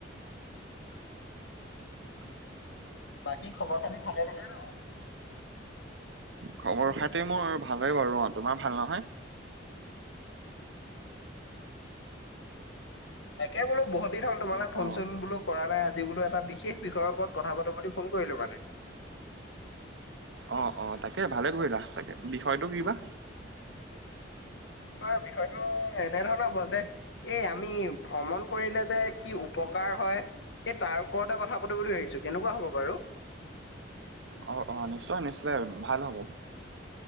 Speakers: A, on the right; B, on the left.
A: উম।
B: বাকী খবৰ খাতি ভালে দেখুন ন?
A: খবৰ খাটি মোৰ ভালে বাৰু অঁ' তোমাৰ ভাল নহয়?
B: তাকে বোলা বহুত দিন হ'ল তোমাৰ
A: অ
B: লে ফোন
A: অ
B: চোন বোলো কৰা নাই, আজি বোলো এটা বিশেষ বিষয়ৰ ওপৰত কথা পাতো বুলি ফোন কৰিলো মানে।
A: অহ-অহ' তাকে ভালে কৰিলা তাকে, বিষয়টো কিবা?
B: মানে বিষয়টো এনে ধৰণৰ হ'ব যে এই আমি ভ্ৰমণ কৰিলে যে কি উপকাৰ হয়। এই তাৰ ওপৰতে কথা পাতি বুলি ভাবিছোঁ, কেনেকুৱা হ'ব বাৰু?
A: অহ-অহ' নিশ্চয় নিশ্চয় ভাল হ'ব।